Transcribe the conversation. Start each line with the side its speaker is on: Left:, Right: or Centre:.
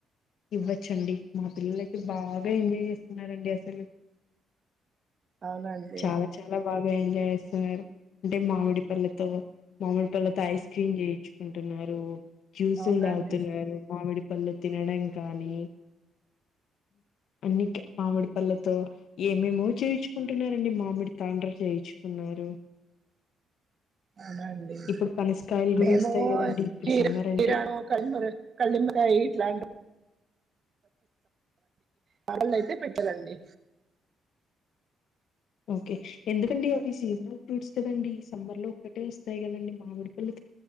Left: ఇవ్వచ్చండి. మా పిల్లలయితే బాగా ఎంజాయ్ చేస్తున్నారండి. అసలు
Right: అవునండి
Left: చాలా చాలా బాగా ఎంజాయ్ చేస్తున్నారు. అంటే మామిడి పల్లతో మామిడి పళ్లతో ఐస్ క్రీమ్ చేయించుకుంటున్నారు. జ్యూస్
Right: అవునండి
Left: లు తాగుతున్నారు మామీడి పళ్ళు తినడాం కానీ అన్ని మామిడి పళ్లతో ఏమేమో చేయించుకుంటున్నారండి. మామిడి తాండ్ర చేయించుకున్నారు.
Right: అవునండి
Left: ఇప్పుడు పనసకాయలు
Right: మేమో
Left: కూడా వస్తాయి కదండి ఇప్పుడు
Right: కీరానో
Left: సమ్మర్ అంటే
Right: కలింగర కాయ్ ఇట్లాంట పాటలు అయితే పెట్టదండి
Left: ఓకే ఎందుకండి అవి సీజనల్ ఫ్రూట్స్ కదండి సమ్మర్ లో ఒక్కటే వస్తాయి కదండి మామిడి పల్లి